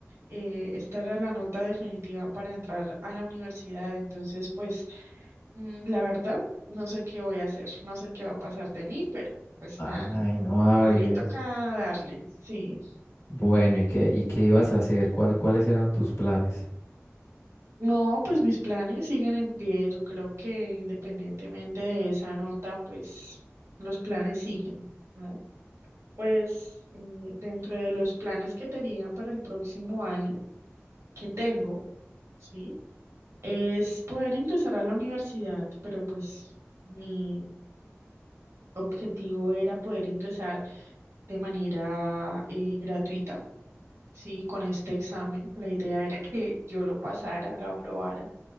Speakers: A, on the right (about 70°); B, on the left (about 75°).
A: Eh, esta era la nota definitiva para entrar a la universidad. Entonces, pues mm, la verdad, no sé qué voy a hacer, no sé qué va a pasar de mí, pero pues
B: Ay,
A: nada,
B: no hables.
A: ahí toca darle, sí.
B: Bueno, ¿y qué, y qué ibas a hacer? ¿Cuál, cuáles eran tus planes?
A: No, pues mis planes siguen en pie. Yo creo que independientemente de esa nota, pues los planes siguen, ¿no? Pues eh, dentro de los planes que tenía para el próximo año, que tengo, ¿sí? Es poder ingresar a la universidad, pero pues mi objetivo era poder ingresar de manera eh, gratuita, ¿sí? Con este examen. La idea era <laughs> que yo lo pasara, lo aprobara